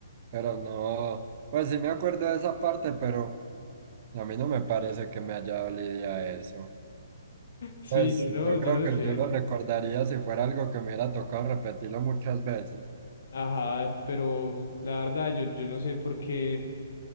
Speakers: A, on the right; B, on the left.
A: pero no. Pues sí me acuerdo de esa parte, pero a mí no me parece que me haya dolido a eso.
B: Sí,
A: Pues
B: yo no,
A: yo
B: yo
A: creo
B: no
A: que
B: sé.
A: yo lo recordaría si fuera algo que me hubiera tocado repetirlo muchas veces.
B: Ajá, pero la verdad, yo, yo no sé por qué,